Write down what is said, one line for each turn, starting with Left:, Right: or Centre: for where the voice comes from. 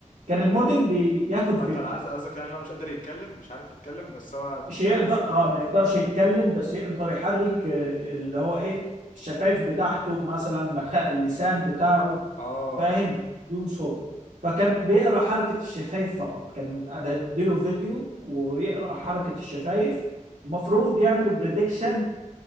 Right: كان الموديل بياخد
Left: آه، انت
Right: فيديو
Left: عايز قصدك يعني إن هو مش قادر يتكلم مش عارف يتكلم بس هو
Right: مش يقدر
Left: عايز يتكلم
Right: اه ما يقدرش يتكلم بس يقدر يحرك آه، اللي هو ايه الشفايف بتاعته مثلا مخ... اللسان بتاعه
Left: اه
Right: فاهم بدون صوت فكان بيقرا حركة الشفايف فقط كان اديله فيديو ويقرا حركة الشفايف المفروض يعمل بريدكشن